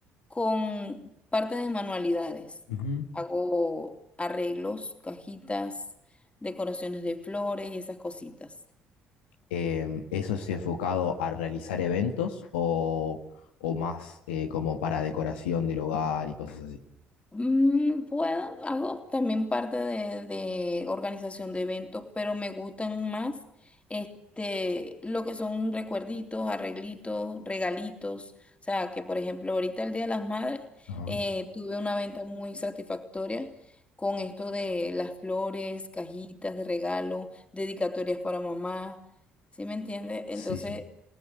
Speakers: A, on the left; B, on the left.
A: con parte de manualidades.
B: Ujú.
A: Hago arreglos, cajitas, decoraciones de flores y esas cositas.
B: Em, ¿eso es enfocado a realizar eventos o, o más eh, como para decoración del hogar y cosas así?
A: Mm, puedo, hago también parte de, de organización de eventos, pero me gustan más este, lo que son recuerditos, arreglitos, regalitos. O sea, que por ejemplo, ahorita el Día de las Madres
B: Ajá.
A: eh, tuve una venta muy satisfactoria con esto de las flores, cajitas de regalo, dedicatorias para mamá. ¿Sí me entiende? Entonces,
B: Sí, sí.